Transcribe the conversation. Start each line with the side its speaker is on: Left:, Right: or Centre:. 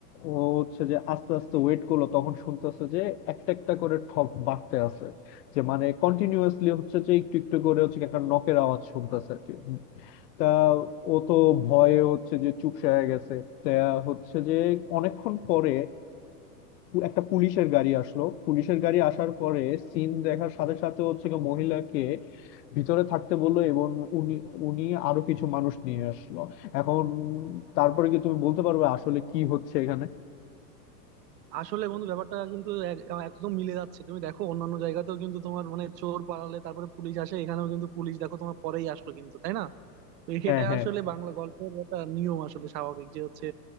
Left: ও হচ্ছে যে আস্তে আস্তে ওয়েট করলো তখন শুনতেছে যে একটা একটা করে ঠক বাড়তে আছে যে মানে কন্টিনিউয়াসলি হচ্ছে যে একটু একটু করে হচ্ছে কি একটা নকের আওয়াজ শুনতেছে আর কি। তা ও তো ভয়ে হচ্ছে যে চুপসে হয়ে গেছে তা হচ্ছে যে অনেকক্ষণ পরে একটা পুলিশের গাড়ি আসলো পুলিশের গাড়ি আসার পরে সিন দেখার সাথে সাথে হচ্ছে গিয়ে মহিলাকে ভিতরে থাকতে বললো এবং উনি উনি আরো কিছু মানুষ নিয়ে আসলো এখন তারপরে কি তুমি বলতে পারবে আসলে কি হচ্ছে এখানে
Right: আসলে বন্ধু ব্যাপারটা কিন্তু এক- একদম মিলে যাচ্ছে তুমি দেখো অন্যান্য জায়গাতেও কিন্তু তোমার মানে চোর পালালে তারপরে পুলিশ আসে এখানেও কিন্তু পুলিশ দেখো তোমার পরেই আসলো কিন্তু তাই না তো
Left: হ্যাঁ
Right: এটা
Left: হ্যাঁ
Right: আসলে বাংলা গল্পের একটা নিয়ম আসলে স্বাভাবিক যে হচ্ছে